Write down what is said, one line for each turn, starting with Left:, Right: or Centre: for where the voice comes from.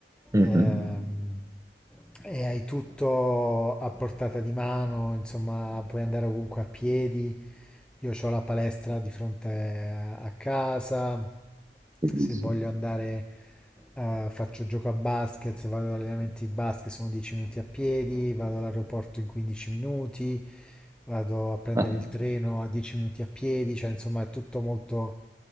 Right: Mhm.
Centre: ehm, e hai tutto a portata di mano, insomma, puoi andare ovunque a piedi. Io ho la palestra di fronte a casa,
Right: Bellissimo.
Centre: se voglio andare, eh, faccio gioco a basket, se vado all'allenamento di basket sono 10 minuti a piedi, vado all'aeroporto in 15 minuti, vado a prendere
Right: Ah,
Centre: il treno a 10 minuti a piedi, cioè insomma è tutto molto